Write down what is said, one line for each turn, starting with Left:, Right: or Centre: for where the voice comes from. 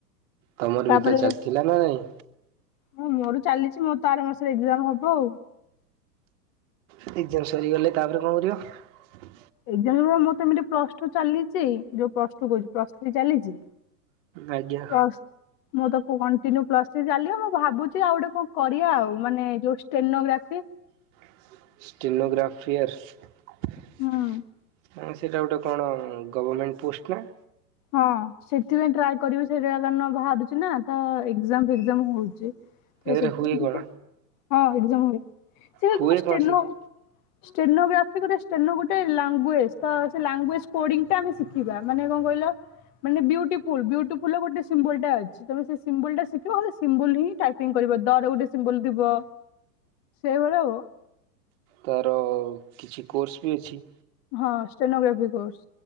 Right: ତମର
Left: ତାପରେ
Right: ବି ତ ଚାଲିଥିଲା ନା ନାଇଁ।
Left: ହଁ ମୋର ଚାଲିଛି ମୋର ତ ଆର ମାସରେ ଏକଜାମ ହବ ଆଉ।
Right: ଏକଜାମ ସରିଗଲେ ତାପରେ କଣ କରିବ?
Left: ଏକଜାମ ନୁହଁ ମୋର ତ ଏମିତି ପ୍ଲସଟୁ ଚାଲିଛି ଯୋଉଁ ପ୍ଲସଟୁ କହୁଛି ପ୍ଲସ ଥ୍ରୀ ଚାଲିଛି।
Right: ଆଜ୍ଞା
Left: ପ୍ଲସ ମୁଁ ତ <unintelligible> କଣ୍ଟିନିୟୁ ପ୍ଲସ ଥ୍ରି ଚାଲବ ମୁଁ ଭାବୁଛି ଆଉ ଗୋଟେ କଣ କରିବା ଆଉ ମାନେ ଯଉ ଷ୍ଟେନ ଗ୍ରାଫି
Right: <unintelligible> ଷ୍ଟେନ ଗ୍ରାଫିଆ ସେଇଟା
Left: ହୁଁ।
Right: ଗୋଟେ କଣ? ଗଭରମେଣ୍ଟ ପୋଷ୍ଟ ନା।
Left: ହଁ ସେଥିପାଇଁ ଟ୍ରାଏ କରିବି ସେଇଟା କାରଣ ବାହାରୁଛି ନା ତ ଏଗଜାମ ଫେଗଜାମ ହଉଛି। ତ
Right: ଏଥିରେ
Left: ସେଥିପାଇଁ
Right: ହୁଏ
Left: ଟିକେ
Right: କଣ?
Left: ହଁ ଏଗଜାମ ହବ ସେ
Right: ହୁଏ
Left: ତମେ ଷ୍ଟେଲ
Right: କଣ ସେଥିରେ?
Left: ଷ୍ଟେନ ବି ସେ ଗୋଟେ ଷ୍ଟେନ ଗୋଟେ ଲାଙ୍ଗୁଏଜ ତ ସେ ଲାଙ୍ଗୁଏଜ କୋଡିଙ୍ଗ ଟା ଆମେ ଶିିଖିବା ମାନେ କଣ କହିଲ ମାନେ ବିୱଟିଫୁଲ୍ ବିୱଟିଫୁଲ ର ଗୋଟେ ସିମ୍ବୁଲ୍ ଟା ଅଛି ତେଣୁ ସେ ସିମ୍ବୁଲ୍ ଟା ଶିଖିବ ହେଲେ ସିମ୍ବୁଲ ହିଁ ଟ୍ରାକ୍ ସିଙ୍ଗ କରିବ ଦରେ ଗୋଟେ ସିମ୍ୱଲ ଥିବ ସେଇଭଳି ଆଉ
Right: ତାର କିଛି କୋର୍ସ ବି ଅଛି।
Left: ହଁ ଷ୍ଟେନୋଗ୍ରାଫି କୋର୍ସ।